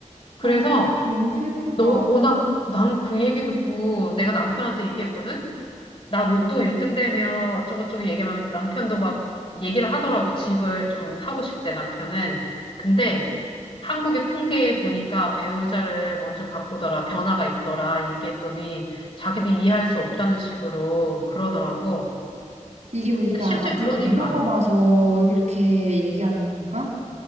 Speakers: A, on the left; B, on the right.
A: 그래서,
B: 아, 근데 너무 슬프다.
A: 너, 어, 나, 난 그 얘기 듣고 내가 남편한테 얘기했거든? 나 로또 1등 되면 어쩌고저쩌고 얘기하면 남편도 막 얘기를 하더라고. 집을 좀 사고 싶대, 남편은. 근데 한국의 통계에 보니까 배우자를 먼저 바꾸더라, 변화가 있더라 얘기했더니 자기도 이해할 수 없다는 식으로 그러더라고.
B: 이게 우리가
A: 근데 실제
B: 아직
A: 그런
B: 안
A: 일이
B: 겪어봐서
A: 많
B: 이렇게 얘기하는 건가?